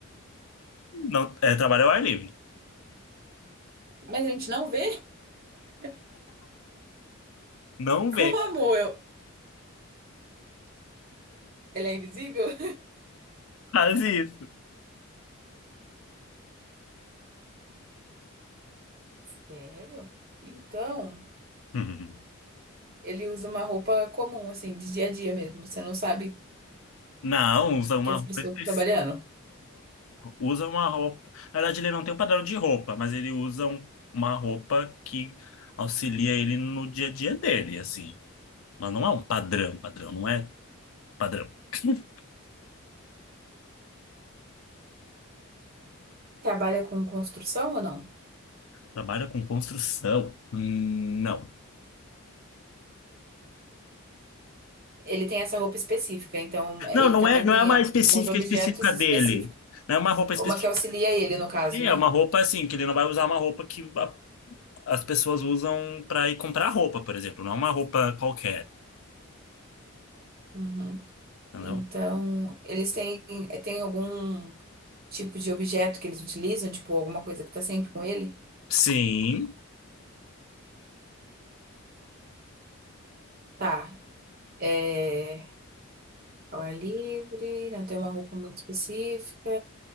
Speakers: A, on the left; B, on the right.
A: Não, é trabalho ao ar livre.
B: Mas a gente não vê? <laughs>
A: Não
B: Como eu? Ele é invisível? <laughs>
A: Faz isso.
B: Sério? Então.
A: <laughs>
B: Ele usa uma roupa comum, assim, de dia a dia mesmo. Você não sabe
A: Não, usa uma
B: que as
A: roupa
B: pessoas
A: específica.
B: estão trabalhando.
A: Usa uma roupa. Na verdade, ele não tem um padrão de roupa, mas ele usa um- uma roupa que auxilia ele no dia a dia dele, assim. Mas não é um padrão, padrão, não é padrão. <laughs>
B: Trabalha com construção ou não?
A: Trabalha com construção? Hum, Não.
B: Ele tem essa roupa específica, então ele
A: Não, não
B: também
A: é, não
B: tem
A: é uma específica
B: alguns objetos
A: específica
B: específicos.
A: dele. Não é uma roupa específica.
B: Uma que auxilia ele, no caso,
A: É
B: né?
A: uma roupa assim, que ele não vai usar uma roupa que a- as pessoas usam para ir comprar roupa, por exemplo. Não é uma roupa qualquer,
B: Uhum.
A: entendeu?
B: Então, eles têm, têm algum. tipo de objeto que eles utilizam, tipo alguma coisa que tá sempre com ele?
A: Sim,
B: Tá. É. Ao ar livre, não tem uma roupa muito específica,